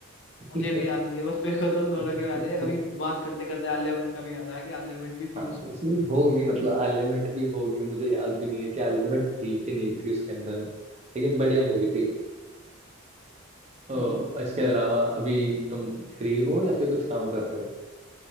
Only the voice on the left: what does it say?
मुझे भी याद नहीं है बस मेरे को तो उन दोनों
के याद है अभी बात करते करते आलिया भट्ट का भी याद आया कि आलिया भट्ट भी थी
उसमें
हम्म